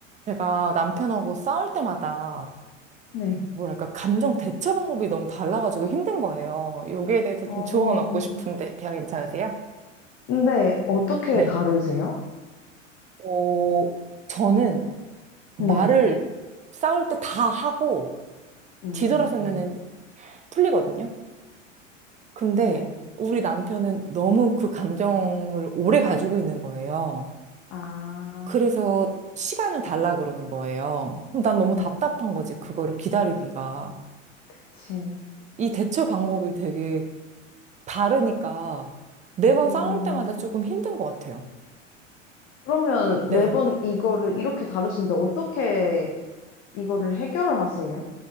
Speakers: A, on the right; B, on the left.
A: 제가 남편하고 싸울 때마다
B: 네.
A: 뭐랄까 감정 대처 방법이 너무 달라가지고 힘든 거예요. 여기에 대해서
B: 어,
A: 좀 조언 얻고 싶은데 대화 괜찮으세요?
B: 근데 어떻게
A: 네.
B: 다르세요?
A: 어, 저는 말을
B: 네.
A: 싸울 때 다 하고
B: 음,
A: 뒤돌아서면은 풀리거든요. 근데
B: 네.
A: 우리 남편은 너무 그 감정을 오래 가지고 있는 거예요.
B: 아,
A: 그래서 시간을 달라 그러는 거예요. 그럼 난 너무
B: 네.
A: 답답한 거지, 그거를 기다리기가.
B: 그치.
A: 이 대처 방법이 되게 다르니까 매번
B: 음,
A: 싸울 때마다 조금 힘든 것 같아요.
B: 그러면
A: 네.
B: 매번 이거를 이렇게 다루시는데 어떻게 이거를 해결하세요?